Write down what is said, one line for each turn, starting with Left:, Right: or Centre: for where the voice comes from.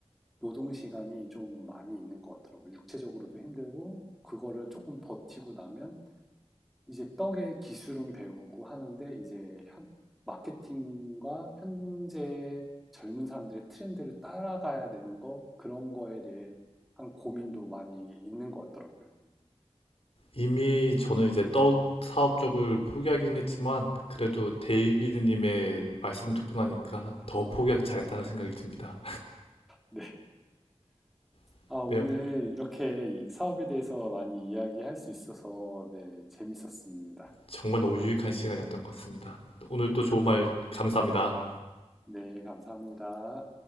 Centre: 노동 시간이 좀 많이 있는 것 같더라고요. 육체적으로도 힘들고 그거를 조금 버티고 나면 이제 떡의 기술은 배우고 하는데 이제 현- 마케팅과 현재 젊은 사람들의 트렌드를 따라가야 되는 거 그런 거에 대해 한 고민도 많이 있는 것 같더라고요.
Left: 이미 저는 이제 떡 사업 쪽을 포기하기는 했지만 그래도 데이비드님의 말씀 듣고 나니까 더 포기하기 잘했다는 생각이 듭니다.
Centre: 네.
Left: <laughs>
Centre: 아, 오늘
Left: 네,
Centre: 이렇게 이 사업에 대해서 많이 이야기할 수 있어서 네, 재밌었습니다.
Left: 정말 너무 유익한 시간이었던 것 같습니다. 오늘 또 좋은
Centre: 아,
Left: 말 감사합니다.
Centre: 네, 감사합니다.